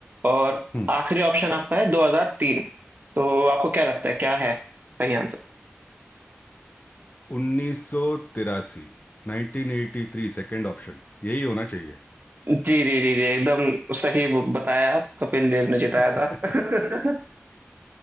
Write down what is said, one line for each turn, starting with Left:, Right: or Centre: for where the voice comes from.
Right: और
Left: हम्म
Right: आखिरी ऑप्शन आपका है 2003 तो आपको क्या लगता है क्या है सही
Left: 1983 1983 सेकंड ऑप्शन यही होना चाहिए
Right: जी जी जी जी एकदम सही ब- बताया आप कपिल देव ने
Left: <laughs>
Right: जिताया था <laughs>